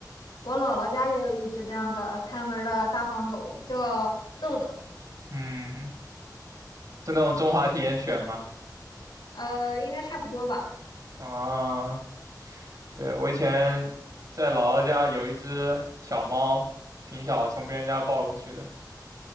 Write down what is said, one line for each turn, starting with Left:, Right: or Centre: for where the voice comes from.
Left: 我姥姥家也有一只这样的看门儿的大黄狗，叫豆豆，
Right: 嗯，是那种中华田园犬嘛。
Left: 呃，应该差不多吧。
Right: 啊。对，我以前在姥姥家有一只小猫，挺小的，从别人家抱过去的。